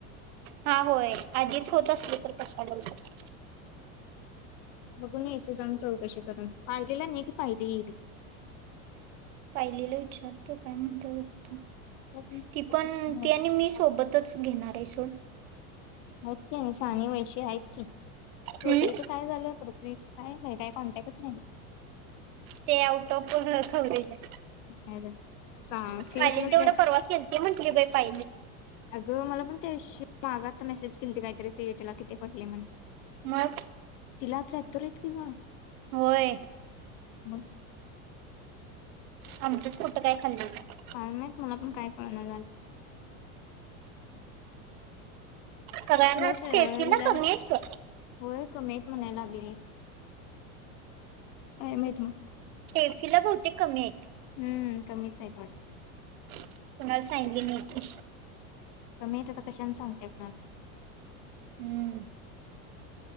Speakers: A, on the right; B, on the left.
A: हा होय आधीच होत असल तर कशाला उगाच
B: बघून यायचं सांग चौकशी करून <unintelligible>
A: पाहिलेले विचार तो काय म्हणतोय बघतो
B: विचारूनच
A: ती पण ती आणि मी सोबतच घेणार आहे सोड
B: माहीत कि आणि साणी वैशी हाईतं कि पृथ्वीचं
A: हम्म
B: काय झालं पृथ्वीच काय माहित काय कॉन्टॅक्टचं नाही बाई
A: ते आउट ऑफ पूर्ण कवरेज आहे
B: <unintelligible> हा सी
A: पाहिलेल
B: ई टी
A: तेवढं
B: तर
A: परवा केलती म्हटली बाई पाहिली
B: अगं मला पण त्या दिवशी मागं आता मेसेज केलंती काहीतरी सी ई टी तुला किती पडले म्हणं ते
A: मग
B: तिला त्र्याहत्तरं हाईत की गं,
A: होय
B: मग
A: आमचंच कुटं काय खाल्लं होतं.
B: काळ नाहीत मला पण काय कळणा <unintelligible>
A: सगळ्यांना
B: लग
A: स्टेफीला
B: ल
A: कमी आहेत ग
B: होय कमी म्हणायं लागली काय माहित मग
A: तेडकीला बहुतेक कमी आहेत
B: हम्म कमीचं आहे वाटतं.
A: <unintelligible> कुणाला सांगितली नाही
B: कमी आहेत आता कशानं सांगते कोणाला ते
A: हम्म.